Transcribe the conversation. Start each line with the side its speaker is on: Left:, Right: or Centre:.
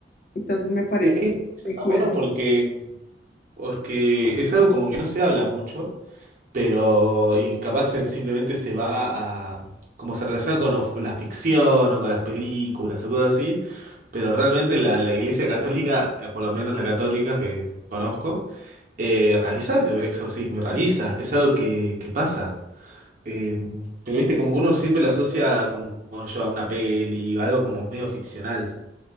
Left: Entonces me parece
Right: Eh, eh, está
Left: muy curioso.
Right: bueno porque, porque es algo como que no se habla mucho. pero y capaz él simplemente se va a, como se relaciona con of- la ficción o con las películas o cosas así, pero realmente la, la Iglesia Católica, eh, por lo menos la católica que conozco, eh, realiza ex- exorcismo y realiza, es algo que, que pasa. Eh, pero viste, como que uno siempre lo asocia como, como yo a una peli, algo como medio ficcional.